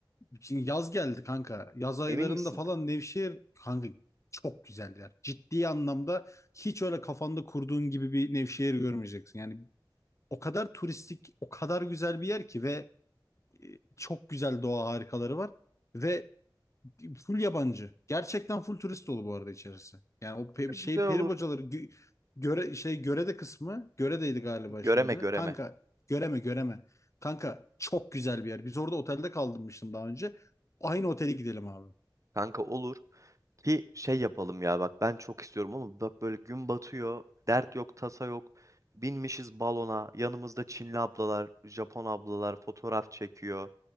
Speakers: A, on the left; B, on the right.
A: şimdi yaz geldi kanka. Yaz aylarında
B: Emin misin?
A: falan Nevşehir kanka çok güzel yer. Ciddi anlamda hiç öyle kafanda kurduğun gibi bir Nevşehir görmeyeceksin. Yani o kadar turistik, o kadar güzel bir yer ki ve e, çok güzel doğa harikaları var ve full yabancı. Gerçekten full turist dolu bu arada içerisi. Yani o pe
B: Ya,
A: şey
B: Güzel
A: peri
B: olur.
A: bacaları gö- göre şey görede kısmı göredeydi galiba
B: Göreme
A: şeyin adı.
B: göreme.
A: Kanka göreme göreme. Kanka çok güzel bir yer. Biz orada otelde kalmıştım daha önce. Aynı otele gidelim abi.
B: Kanka olur ki şey yapalım ya bak ben çok istiyorum ama bak böyle gün batıyor. Dert yok tasa yok. Binmişiz balona. Yanımızda Çinli ablalar, Japon ablalar fotoğraf çekiyor.